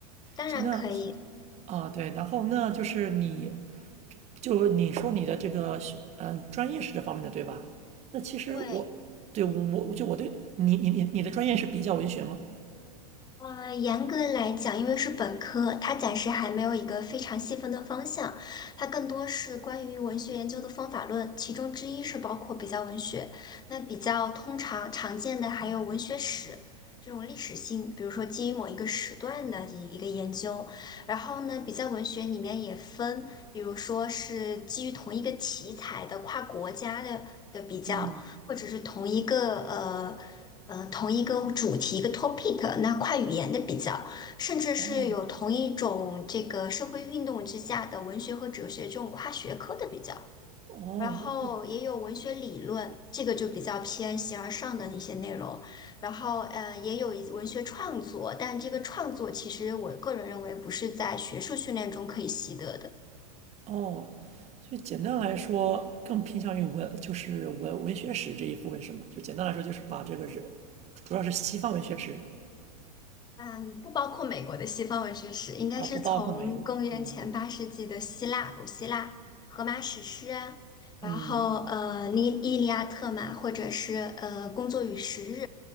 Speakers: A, on the left; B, on the right.
A: 当然可以。
B: 行，那啊对，然后那就是你就你说你的这个嗯专业是这方面的对吧？那其实我对我就我对你你你你的专业是比较文学吗？
A: 对，呃，严格来讲，因为是本科，它暂时还没有一个非常细分的方向，它更多是关于文学研究的方法论，其中之一是包括比较文学。那比较通常常见的还有文学史这种历史性，比如说基于某一个时段的一个研究。然后呢，比较文学里面也分，比如说是基于同一个题材的跨国家的的比较，
B: 嗯，
A: 或者是同一个呃。呃，同一个主题、一个 topic，那跨语言的比较，甚至是有同一种这个社会运动之下的文学和哲学这种跨学科的比较，
B: 哦哦不
A: 然后也有文学理论，这个就比较偏形而上的一些内容，然后呃，也有一文学创作，但这个创作其实我个人认为不是在学术训练中可以习得的，
B: 哦，所以简单来说，更偏向于文，就是文文学史这一部分是吗？就简单来说，就是把这个人，主要是西方文学史
A: 嗯，不包括美国的西方文学史，应该是从公元前八世纪的希腊、
B: 啊，不包括美国。嗯
A: 古希腊、荷马史诗啊然后呃《伊伊利亚特》嘛，
B: 嗯
A: 或者是呃《工作与时日》